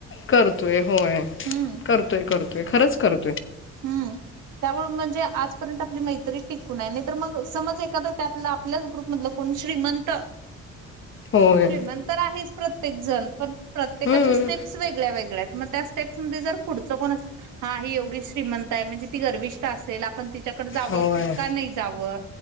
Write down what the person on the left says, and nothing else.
करतोय होय
करतोय करतोय खरंच करतोय.
होय
हम्म
होय